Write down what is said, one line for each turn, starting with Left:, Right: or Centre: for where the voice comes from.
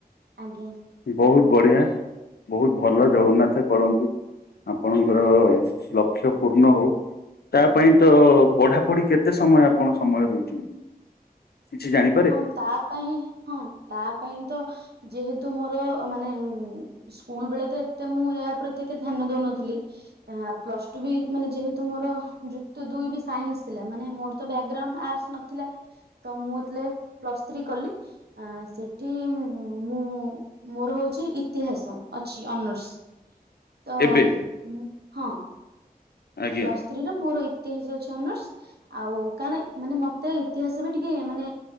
Right: ଆଜ୍ଞା।
Left: ବହୁତ ବଢିଆ ବହୁତ ଭଲ ଜଗନ୍ନାଥ କରନ୍ତୁ। ଆପଣଙ୍କର ଲକ୍ଷ୍ୟ ପୂର୍ଣ ହଉ ତା ପାଇଁ ତ ପଢା କେତେ ସମୟ ଆପଣ ସମୟ ଦଉଛନ୍ତି କିଛି ଜାଣି
Right: ହଁ ତା ପାଇଁ ହଁ ତା ପାଇଁ ତ ଯେହେତୁ ମୋର ମାନେ ସ୍କୁଲ ବେଳେ ତ ଏତେ ମୁଁ ଏହାଉପରେ ଏତେ ଧିୟନ ଦଉନଥିଲି। ପ୍ଲସ୍ ଟୁ ବି ମାନେ ଯେହେତୁ ମୋର ଯୁକ୍ତ ଦୁଇ ବି ସାଇନ୍ସ ଥିଲା ମାନେ ମୋର ତ ବ୍ୟାଗ୍ରାଉଣ୍ଡ ଆର୍ଟସ ନଥିଲା।
Left: ହଁ
Right: ତ ମୁଁ ଯେତେବେଳେ ପ୍ଲସ୍ ଥ୍ରୀ କଲି ଆଁ ସେଠି ମୁଁ ମୋର ହଉଛି ଇତିହାସ ଅଛି ଅନରର୍ସ। ତ
Left: ଏବେ
Right: ଉଁ ହଁ।
Left: ଆଜ୍ଞା
Right: ପ୍ଲସ ଥ୍ରୀ ର ମୋର ଇତିହାସ ଅଛି ଅନର୍ସ। ଆଉ କଣ ମାନେ ମତେ ଇତିହାସ ବି ଟିକେ ମାନେ